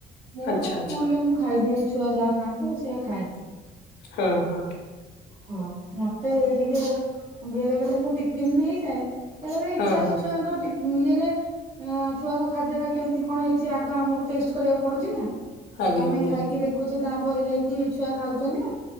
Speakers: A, on the right; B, on the left.
A: ମୋର
B: ଆଚ୍ଛା ଆଚ୍ଛା
A: ସ୍କୁଲ ରେ ମୁଁ ଖାଇଦିଏ ଛୁଆ ଯାହା ଖାଆନ୍ତି ମୁଁ ସେଆ ଖାଏ।
B: ହ ହ।
A: ହଁ ମତେ ଏ ଟିକେ ବେଳେ ବେଳେ ମୁଁ ଟିଫିିନ ନେଇଯାଏ, ବେଳେ ବେଳେ ଇଚ୍ଛା
B: ହଁ
A: ହେଲେ
B: ହଁ
A: ଛୁଆଙ୍କ ଟିଫ ଇଏରେ ଛୁଆଙ୍କ ଖାଦ୍ୟ ଟା କେମିତି କଣ ହେଇଛି, ଆଗ ଆମକୁ ଟେଷ୍ଟ କରିବାକୁ ପଡୁଛି ନା।
B: ଆଜ୍ଞା
A: ଆମେ
B: ଆଜ୍ଞା
A: ଖାଇକି ଦେଖୁଛେ, ତାପରେ ଯାଇକି ଛୁଆ ଖାଉଛନ୍ତି ନା।